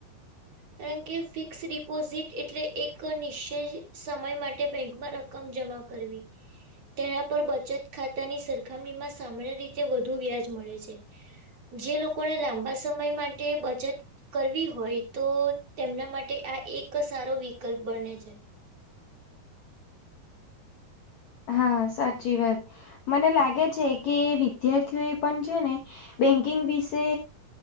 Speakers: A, on the right; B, on the left.
A: કારણ કે ફિક્સ ડિપોઝિટ એટલે એક નિશ્ચય સમય માટે બેંકમાં રાખ ક્કમ જમા કરવી તેના પર બચત ખાતાની સરખામણીમાં સામાન્ય રીતે વધુ વ્યાજ મળે છે. જે લોકોને લાંબા સમય માટે બચત કરવી હોય હોય તો તેમના માટે આ એક સારો વિકલ્પ બને છે.
B: હા સાચી વાત મને લાગે છે કે વિદ્યાર્થીઓ એ પણ છે ને બેન્કિંગ વિશે